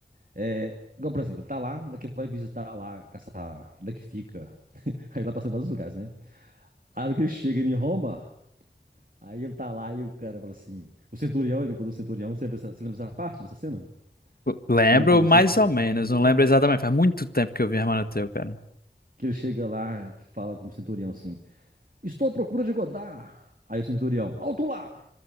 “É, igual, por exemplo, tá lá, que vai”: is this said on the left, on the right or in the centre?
Right